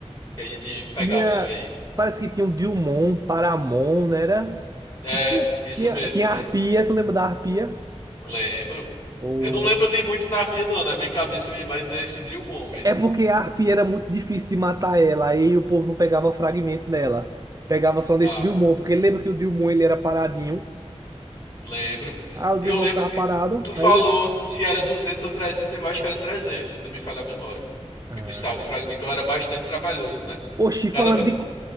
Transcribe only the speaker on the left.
que a gente pegava
isso aí.
É,
isso
mesmo,
é,
lembro.
Eu não lembro de muito na arpia, não, né? na minha cabeça eu ia mais nesse Drillmon mesmo.
Ah,
Lembro.
Eu
lembro.
eh, Tu falou
se era 200 ou trezentos eu acho que era 300 se não me falha a memória.
Que precisava de fragmento. Então era bastante trabalhoso, né?
Cada.
pe-